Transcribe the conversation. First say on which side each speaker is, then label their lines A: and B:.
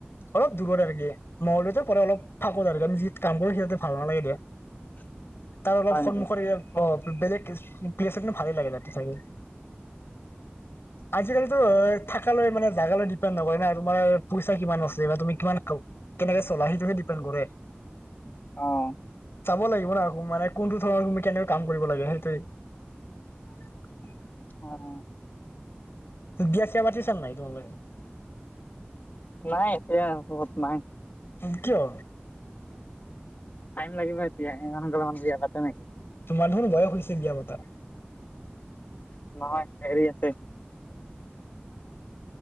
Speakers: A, on the left; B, on the left.
A: অলপ দূৰত আৰ কি, মঙগলদৈয়তে পৰে অলপ ফাকত আৰু আমি যি কাম কৰো সিহতে ভাল নালাগে দে।
B: <unintelligible>
A: তাৰ অলপ সন্মুখত
B: নেকি?
A: <unintelligible> বেলেগ প্লেছ <unintelligible> ভালেই লাগে তাতে থাকি। আজিকালিটো থাকালৈ মানে জাগালৈ ডিপেণ্ড নকৰে না তোমাৰ পইচা কিমান আছে বা তুমি কিমান ক-কেনেকে চলা সেইটোহে ডি পেন কৰে।
B: অহ।
A: যাব লাগিব ন' আকৌ মানে কোনটো ধৰণৰ তুমি কেনেকৈ কাম কৰিব লাগে, সেইটোয়ে।
B: অ'।
A: বিয়া ছিয়া পাতিছা নে নাই তোমালোকে?
B: নাই এতিয়া বহত নাই।
A: উ, কিয়?
B: টাইম লাগিব এতিয়া গ'লে মান বিয়া পাতা নেকি
A: তোমাৰ ধোনু বয়স হৈছে বিয়া পতা।
B: <unintelligible>